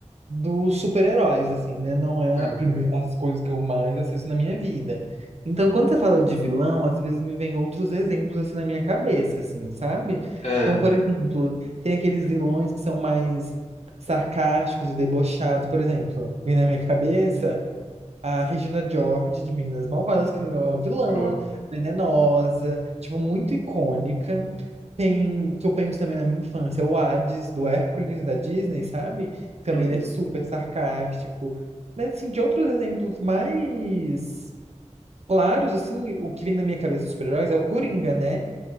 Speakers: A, on the right (about 60°); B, on the left (about 65°).
A: dos super-heróis, assim, né? Não é
B: Ah,
A: a prime- as coisas que eu mais assisto na minha vida. Então, quando você fala de vilão, às vezes me vem outros exemplos, assim, na minha cabeça, assim, sabe?
B: ah,
A: Então, por exemplo, tem aqueles vilões que são mais sarcásticos e debochados, por exemplo, vem na minha cabeça a Regina George de Meninas Malvadas, que não é uma vilã,
B: boa.
A: venenosa, tipo, muito icônica. Tem, que eu penso também na minha infância, o Hades, do Hércules, da Disney, sabe? Que também
B: Uhum,
A: ele é super sarcástico. Mas, assim, de outros exemplos mais claros, assim, o que vem na minha cabeça dos super-heróis é o Coringa, né?